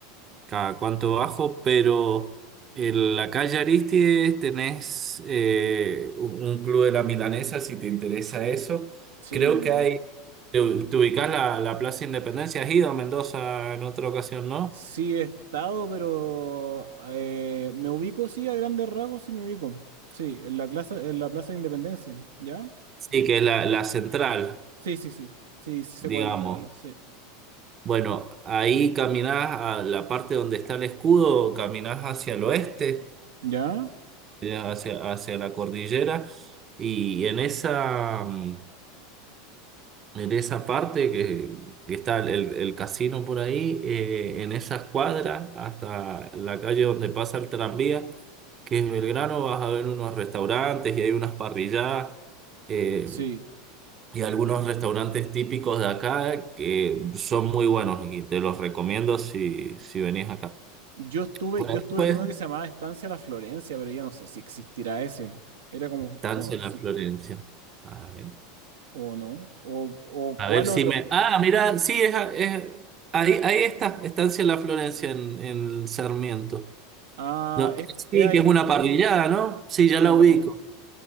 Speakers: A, on the right; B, on the right.
A: cada cuánto bajo, pero en la calle Aristides tenés eh, un un club de la Milanesa si te interesa eso.
B: Sí,
A: Creo
B: me
A: que hay,
B: gusta.
A: te, te ubicás la, la Plaza Independencia, has ido a Mendoza en otra ocasión, ¿no?
B: Sí he estado, pero eh, me ubico, sí, a grandes rasgos, sí me ubico. Sí, en la clase, en la Plaza de Independencia, ¿ya?
A: Sí, que es la, la central,
B: Sí, sí, sí. Sí, sí sé
A: digamos.
B: cuál habla, sí.
A: Bueno, ahí caminás a la parte donde está el escudo, caminás hacia el oeste,
B: ¿Ya?
A: eh, hacia, hacia la cordillera, y en esa, mm, En esa parte que, que está el, el casino por ahí, eh, en esa escuadra, hasta la calle donde pasa el tranvía, que es Belgrano, vas a ver unos restaurantes y hay unas parrilladas eh,
B: Sí.
A: y algunos restaurantes típicos de acá que son muy buenos y te los recomiendo si, si venís acá.
B: Yo estuve,
A: Por
B: yo
A: ahí,
B: estuve
A: pues,
B: en uno que se llamaba Estancia La Florencia, pero ya no sé si existirá ese. Era como
A: Estancia
B: conocido.
A: La Florencia. A ver,
B: ¿O no? ¿O, o
A: a
B: cuál
A: ver si
B: otro?
A: me... Ah, mira, sí, es, a- es- ahí, ahí está, Estancia La Florencia en, en Sarmiento.
B: Ah,
A: No,
B: es, es
A: sí,
B: ahí.
A: que es una parrillada, ¿no? Sí,
B: Sí,
A: ya
B: una
A: la
B: para
A: ubico.
B: arriba.